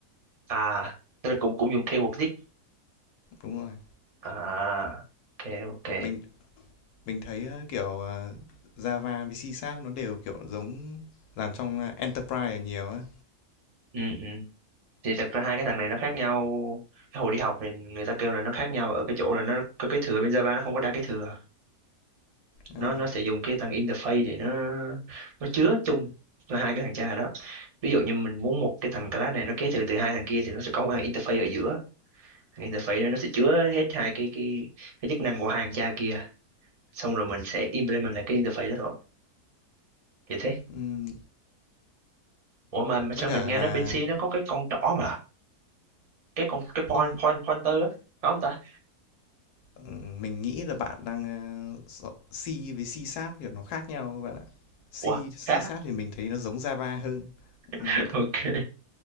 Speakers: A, on the right (about 40°); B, on the left (about 80°).
A: à tức là cũng cũng dùng keyword dích
B: Đúng rồi.
A: à ok ok
B: Mình mình thấy ờ, kiểu ờ, Java với C Sharp nó đều kiểu giống làm trong ờ, enterprise là nhiều á.
A: ừ ừ thì thật ra hai cái thằng này nó khác nhau cái hồi đi học thì người ta kêu là nó khác nhau ở cái chỗ là nó có cái thừa bên Java nó không có đa cái thừa
B: Ờ,
A: nó nó sẽ dùng cái thằng interface để nó nó chứa chung cho hai cái thằng cha đó ví dụ như mình muốn một cái thằng class này nó kế thừa từ hai thằng kia thì nó sẽ có một thằng interface ở giữa thằng interface đó nó sẽ chứa hết hai cái cái cái chức năng của hai thằng cha kia xong rồi mình sẽ implement lại cái interface đó thôi vậy thế
B: ừm,
A: ủa mà, mà sao
B: với cả
A: mình nghe
B: là
A: nói bên C nó có cái con trỏ mà cái con cái point
B: không
A: point pointer á có không ta
B: Ừm, mình nghĩ là bạn đang, a, s C với C-Sharp, kiểu, nó khác nhau các bạn ạ. C
A: ủa
B: C-Sharp
A: khác á?
B: thì mình thấy nó giống Java hơn.
A: <laughs>
B: Ừm,
A: ok